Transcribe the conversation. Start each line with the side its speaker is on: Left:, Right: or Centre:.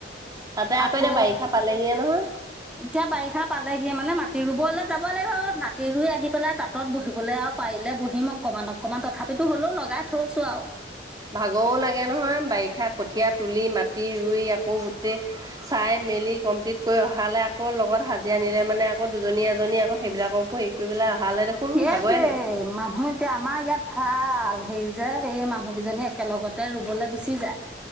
Right: তাতে
Centre: আকৌ
Right: এতিয়া বাৰিষা পালেহিয়ে নহয়
Centre: এতিয়া বাৰিষা পালেহি মানে মাটি ৰুবলৈ যাব লাগিব মাটি ৰুই আহি পেলাই তাঁত বহিবলে আৰু পাৰিলে বহিম অকমান অকমান তথাপিতো হলেও লগাই থৈছো আৰু
Right: ভাগও লাগে নহয় বাৰিষা কঠীয়া তুলি মাটি ৰুই আকৌ তে চাই মেলি কমপ্লিট কৰি অহালে আকৌ লগত হাজি আনিলে মানে আকৌ দুজনী -এজনী আকৌ সেইবিলাককো হেৰি কৰি পেলাই অহালে দেখোন
Centre: সেইটোৱে
Right: ভাগৰে লাগিব
Centre: মানুহ এতিয়া আমাৰ ইয়াত ভাল হেই যে সেই মানুহ কেইজনী একেলগতে ৰুবলৈ গুচি যায়,